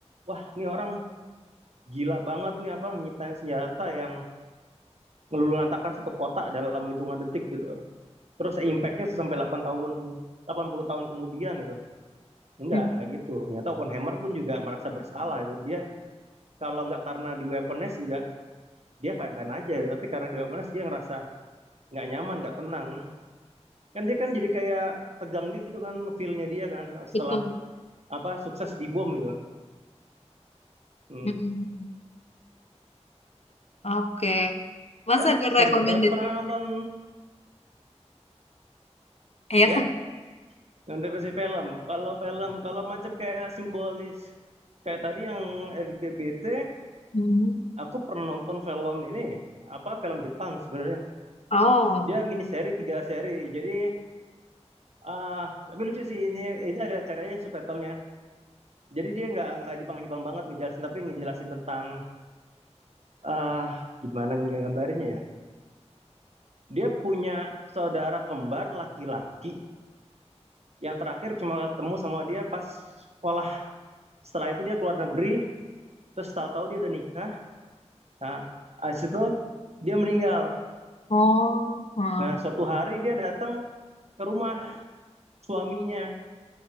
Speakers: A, on the right; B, on the left.
A: wah ini orang gila banget nih apa nyiptain senjata yang ngelululantakan satu kota dalam hitungan detik gitu. Terus impactnya sampai delapan tahun 80 tahun kemudian itu. Enggak,
B: Hmm.
A: enggak gitu. Ternyata Oppenheimer pun juga merasa bersalah itu. Dia kalau nggak karena di weaponize juga dia fine-fine aja. Tapi karena di weaponize dia ngerasa nggak nyaman, nggak tenang. Kan dia kan jadi kayak tegang gitu kan feel-nya dia kan setelah
B: Itu.
A: apa sukses di bom gitu. Hmm.
B: Hmm. Oke. Mas
A: Eh
B: ada rekomendasi?
A: sorry eh, pernah nonton
B: Ya
A: ya nonton versi film. Kalau film kalau macam kayak simbolis kayak tadi yang LGBT,
B: Mhm.
A: aku pernah nonton film ini apa film Jepang sebenarnya.
B: Oh,
A: Dia mini seri tiga seri. Jadi ah tapi lucu sih ini itu ada cara yang subtitlenya. Jadi dia nggak nggak Jepang-Jepang banget ngejelasin tapi ngejelasin tentang ah gimana nggak gambarnya ya. Dia punya saudara kembar laki-laki yang terakhir cuma ketemu sama dia pas sekolah setelah itu dia keluar negeri terus tahu-tahu dia udah nikah nah abis itu dia meninggal
B: oh, hmm,
A: nah suatu hari dia datang ke rumah suaminya